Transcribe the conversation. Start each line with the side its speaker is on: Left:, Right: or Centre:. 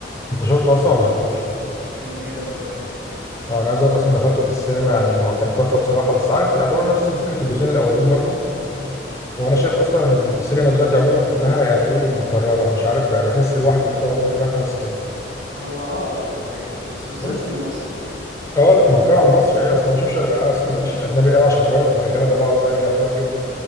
Left: انت شفته اصلا ولا ما شفتوش
Right: كان جامد اه شفته
Left: اه انا عايز اقولك اصلا دخلته في السينما يعني وكان تحفه بصراحه بس عارف يعتبر نفس فكره الجزئين الاولين برضه وانا شايف اصلا ان السينما دلوقتي عموما كلها يعني ايه مكرره مش عارف بقى، بحس لوحدي كده ولا انت كمان حاسس كده
Right: هو اه دي حقيقة بس بالذات
Left: بحس
Right: في المصري يعني
Left: اه لا ما بتكلم عن مصري ايوه اصل انا ما بشوفش اصلا ماليش في الاجنبي قوي عشان حوار الترجمه ده بقعد بقى ايه اترجم